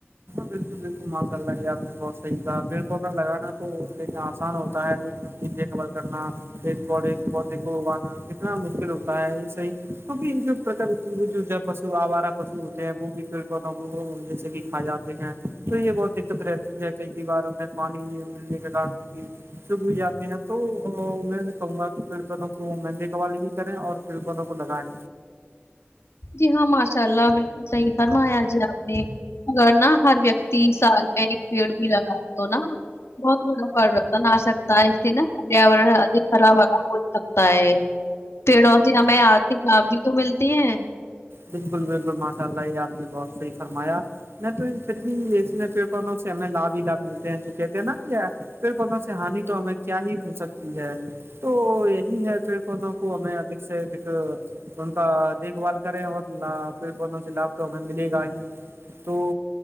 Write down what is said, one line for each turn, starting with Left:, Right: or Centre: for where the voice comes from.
Right: بالکل بالکل ماشاء اللہ یہ آپ نے بہت صحیح کہا پیڑ پودا لگانا تو لیکن آسان ہوتا ہے لیکن اب دیک ال کرنا پ بی بڈی کو اگانا کتنا مشکل ہوگتا ہے یہس ہی کیکہ جوکل پو آوارہ پشو ہوتے ہیں وہ بھی پیڑ پودوں کو جیسے کہ کھا جاتا تو یہ بہت دقت رہتی ہے کئی کئی بار میں پانی ملنے کے کارن ان کی چب بھی جاتے ہیں تو میں کہوں گا کہ پڑتوں کو میں دیکھ بال بھی کریں اور تپندوں کو لگائیں
Left: جی ہاں ماشاء اللہ بالکل صحیح فرمایا جی آپ نے اگر نہا ہر ویک تیس سال میں ایک پیڑ بھی لگاتا ہ نا بہت بڑا پرریورتن آ سکتا ہے اس سے نا پریاورن ادک خراب ہراب ہو سکتا ہے پیڑوں سے ہمیں آرتھک لابھ بھی تو ملتی ہیں
Right: بالکل بالکل ماشاء اللہ یہ آپ نے بہت صحیح فرمایا میں تو پھر بھی اس میں پیڑ پوں سے ہمیں لابھ ہی لابھ ملتے ہیں جو کہتے ہیں نا کیا پھر پتوں سے ہانی تو ہمیں کیا ہی ہو سکتی ہے تو یہی ہے پھر دونوں کو ہمیں ادھک سے اک ان کا دیکھ بھال کریں اور ل پ بوں سے لابھ تو ہمیں ملے گا ہی تو